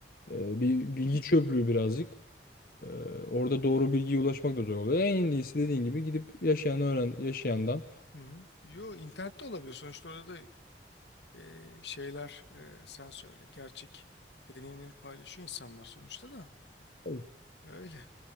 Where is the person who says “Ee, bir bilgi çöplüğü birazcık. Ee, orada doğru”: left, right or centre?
Left